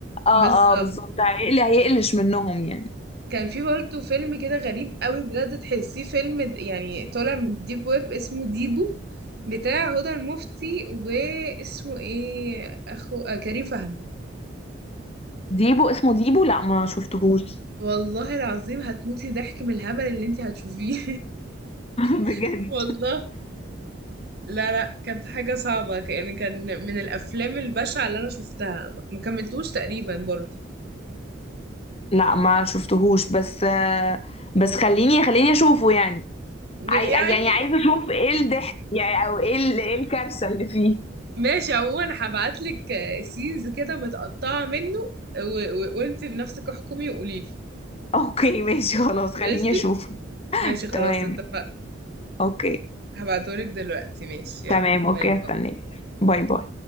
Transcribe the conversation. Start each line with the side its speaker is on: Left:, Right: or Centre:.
Left: اه
Right: بالظبط
Left: اه بالظبط هيقلي هيقلش منهم يعني
Right: كان في برضه فيلم كده غريب قوي بجد تحسيه فيلم د- يعني طالع من الديب ويب اسمه ديبو بتاع هدى المفتي واسمه ايه اخو آه كريم فهمي
Left: ديبو اسمه ديبو لا ما شفتهوش
Right: والله العظيم هتموتي ضحك من الهبل اللي انت هتشوفيه
Left: <laughs>
Right: <laughs>
Left: بجد
Right: والله لا لا كانت حاجة صعبة ك- يعني كان من الأفلام البشعة اللي أنا شفتها مكملتوش تقريبا برضه
Left: لا ما شفتهوش بس آه، بس خليني خليني اشوفه يعني
Right: ده
Left: عاي...
Right: يعني
Left: يعني عايزه اشوف ايه الضحك يعني او ايه ال... ايه الكارثه اللي فيه
Right: ماشي عموما هبعتلك سينز كده متقطعة منه و... و... وانت بنفسك احكمي وقوليلي
Left: <laughs> اوكي ماشي خلاص خليني
Right: ماشي
Left: اشوفه
Right: ماشي خلاص
Left: تمام
Right: اتفقنا
Left: اوكي
Right: هبعتهولك دلوقتي ماشي
Left: تمام
Right: يلا باي
Left: اوكي
Right: باي
Left: هستناك باي باي